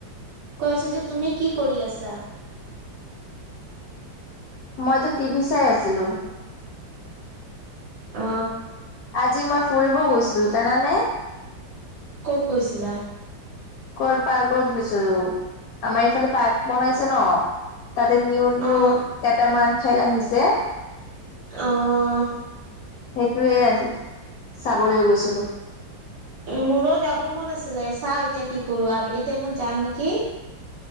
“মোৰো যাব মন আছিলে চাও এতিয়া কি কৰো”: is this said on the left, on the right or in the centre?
Right